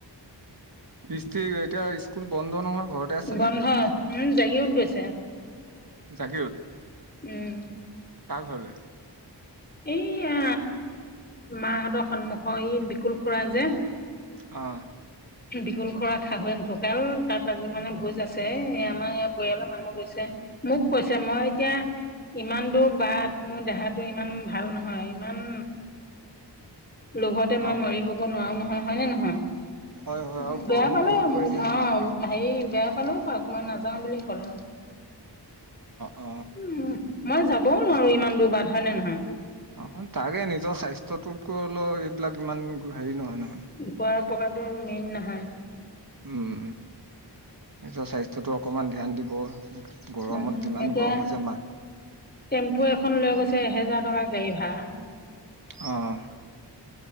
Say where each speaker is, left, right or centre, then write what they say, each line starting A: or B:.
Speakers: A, on the right; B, on the left.
A: কৃষ্টিৰ এতিয়া স্কুল বন্ধ নহয়? ঘৰতে আছেনে
B: বন্ধ। উম, জাগীৰোড গৈছে।
A: জাগীৰোড?
B: উম।
A: কাৰ ঘৰলৈ?
B: এইয়া মাহঁতৰ সন্মুখৰ এই বিকুল খুৰা যে
A: অ'।
B: উ <inaudible> বিকল খুৰা শাহুৱেক ঢুকাল। তাত আজি মানে ভোজ আছে। এ আমাৰ ইয়াৰ পৰিয়ালৰ মানুহ গৈছে। মোক কৈছে। মই এতিয়া ইমান দূৰ বাট মোৰ দেহাটো ইমান ভাল নহয়। ইমান লোভতে মই
A: অ
B: মৰিবগৈ নোৱাৰো নহয়, হয় নে নহয়?
A: হয় হয়
B: উম,
A: আৰু
B: বেয়া
A: গৰমো
B: পালে
A: বহুত
B: অ'।
A: পৰিছে নহয়
B: হেৰি বেয়া পালেও পাওঁক, মই নাযাওঁ বুলি ক'লোঁ।
A: অ
B: উম, মই যাবও নোৱাৰোঁ ইমান দূৰ বাট, হয় নে নহয়?
A: অ'! তাকে, নিজৰ স্বাস্থ্যটোতকৈ লৈ এইবিলাক ইমান হেৰি নহয়।
B: খোৱা <unintelligible> মেইন নহয়।
A: উম! নিজৰ স্বাস্থ্যটো অকণমান ধ্যান দিব। গৰমত
B: উম!
A: যিমান
B: এতিয়া,
A: গৰম হৈছে মা
B: টেম্পু এখন লৈ গৈছে, এহেজাৰ টকাৰ গাড়ী ভাড়া।
A: অ'।